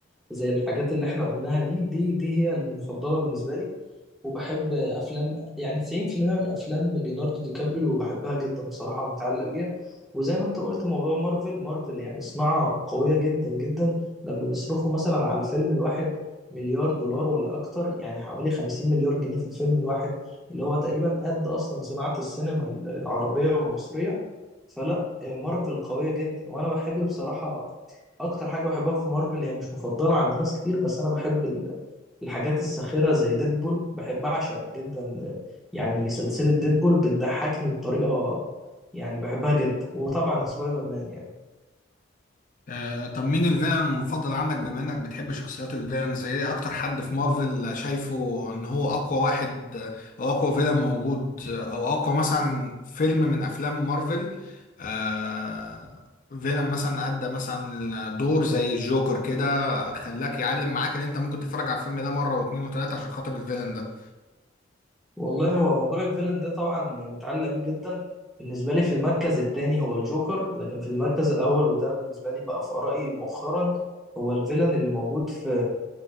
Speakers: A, in the centre; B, on the left.
A: زي الحاجات اللي احنا قلناها دي دي دي هي المفضله بالنسبه لي وبحب افلام يعني 90% من افلام ليوناردو دي كابريو بحبها جدا بصراحة ومتعلق بيها وزي ما انت قلت موضوع مارفل مارفل يعني صناعة قوية جدا جدا لما بيصرفوا مثلا على الفيلم الواحد مليار دولار ولا اكتر يعني حوالي 50 مليار جنيه في الفيلم الواحد اللي هو تقريبا قد اصلا صناعة السينما العربية والمصرية فلا آه، مارفل قوية جدا وانا بحب بصراحة اكتر حاجة بحبها في مارفل هي مش مفضلة عند ناس كتير بس انا بحب الحاجات الساخرة زي ديدبول بحب أعشق جدا يعني سلسلة ديدبول بتضحكني بطريقة يعني بحبها جدا وطبعا سبايدر مان يعني
B: آه طب مين الفيلن المفضل عندك بما انك بتحب شخصيات الفيلن زي ايه اكتر حد في مارفل شايفه ان هو اقوى واحد آه، او اقوى فيلن موجود آه، او اقوى مثلا فيلم من افلام مارفل آه فيلن مثلا ادى مثلا دور زي الجوكر كده خلاك يعلم معاك ان انت ممكن تتفرج على الفيلم ده مره واثنين وثلاثه عشان خاطر الفيلن ده
A: والله هو موضوع الفيلن ده طبعا متعلق بيه جدا بالنسبة لي في المركز التاني هو الجوكر لكن في المركز الأول وده بالنسبة لي بقى في آرائي مؤخرا هو الفيلن اللي موجود في